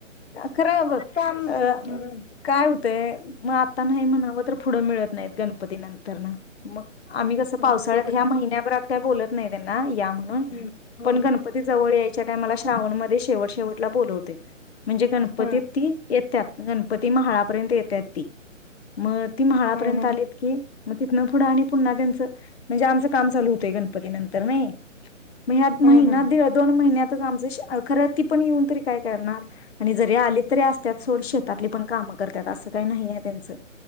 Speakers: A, on the left; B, on the left.
A: खरं अं
B: काम नसणार
A: अं काय होतय मग आता नाही म्हणावं तर पुढं मिळत- नाही गणपती नंतरन मगं. आम्ही कसं
B: हो
A: पावसाळ्यात
B: ते पण
A: ह्या महिन्याभरात काय बोलत. नाही त्यांना या. म्हणून
B: हम्म हा
A: पण गणपती जवळ मला श्रावण मध्ये शेवट शेवट ला बोलवतोय. म्हणजे गणपती
B: हा
A: तीन येतात गणपती म्हाळापर्यंं येताती. मग ती म्हाळापर्यंत
B: हा हा
A: आली की मग तिथन पुढ आणि पुन्हा त्यांच म्हणजे आमच काम चालु होते गणपती नंतर नाही. मगं ह्यात महिना
B: हा हा
A: दे दोन महिन्यात. <unintelligible> ती पण येऊन तरी काय करणार. आणि जरी आले तरी असतात., सोड शेतातली पण कामं करतात असं काही नाही आहे त्यांचं.